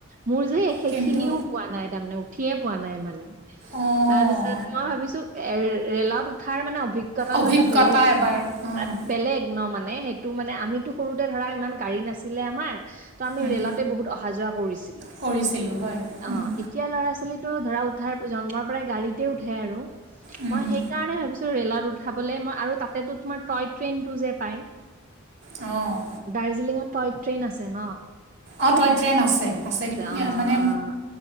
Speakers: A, on the right (about 40°); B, on the right (about 55°).
A: মোৰ যে সেইখিনিও
B: কিন্তু
A: পোৱা নাই তাৰমানে উঠিয়ে পোৱা নাই মানে
B: অঁ
A: তাৰ পিছত মই ভাবিছো এ ৰেলত উঠাৰ মানে অভিজ্ঞতাটো
B: অভিজ্ঞতা
A: এটা বেলেগ
B: এবাৰ অঁ
A: এ বেলেগ ন মানে সেইটো মানে আমিতো সৰুতে ধৰা ইমান গাড়ী নাছিলে আমাৰ
B: উম,
A: তাতে বহুত অহা যোৱা কৰিছিলো
B: কৰিছিলোঁ হয় উম,
A: অ'। এতিয়া ল'ৰা ছোৱালীতো ধৰা উঠাৰ জন্মৰ পৰাই গাড়ীতে উঠে আৰু।
B: উম,
A: মই সেই কাৰণে ভাবিছো ৰেলত উঠাবলে মই আৰু তাতেতো তোমাৰ টয় ট্ৰেইনটো যে পাই।
B: অ'।
A: দাৰ্জিলিঙত টয় ট্ৰেইন আছে ন?
B: অঁ', টয়ট্ৰেন আছে আছে
A: অ',
B: মানে
A: অ',